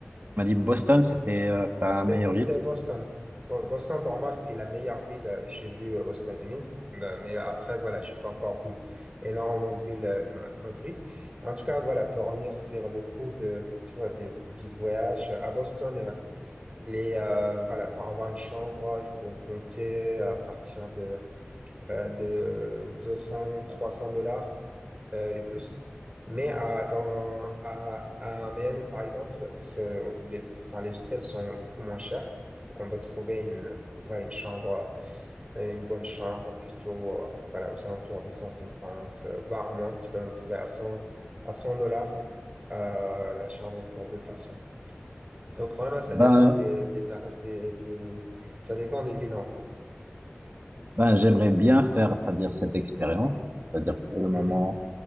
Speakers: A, on the right; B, on the right.
A: On m'a dit Boston, c'était euh, ta meilleure
B: C'était c'était
A: ville?
B: Boston. Bo- Boston, pour moi, c'était la meilleure ville euh, que j'ai vue euh, aux États-Unis. Mais mais après, voilà, j'ai pas encore vu énormément de villes euh, non non plus. En tout cas, voilà, pour revenir sur le coût de, tu vois, du, du voyage à Boston, euh, les, euh, voilà, pour avoir une chambre, il faut compter à partir de euh, de 200, 300 dollars euh, et plus. Mais à, dans, à, à Miami, par exemple, c'est- les, enfin, les hôtels sont beaucoup moins chers. Donc, on peut trouver une, voilà, une chambre, euh, une bonne chambre plutôt euh, voilà, aux alentours de 150, euh, voire moins. Tu peux en trouver à 100, à 100 dollars euh, la chambre pour deux personnes. Donc, vraiment, ça
A: Ben,
B: dépend des, des, par- des, des- ça dépend des villes, en fait.
A: ben, j'aimerais bien faire, c'est-à-dire cette expérience. C'est-à-dire pour le moment,
B: Oui.